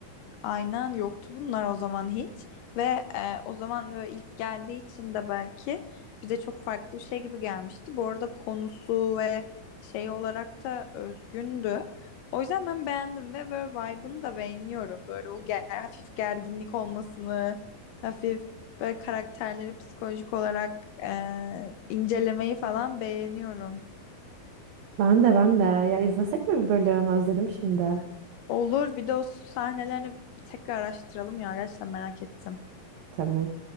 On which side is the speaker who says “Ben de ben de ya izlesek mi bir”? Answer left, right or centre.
Right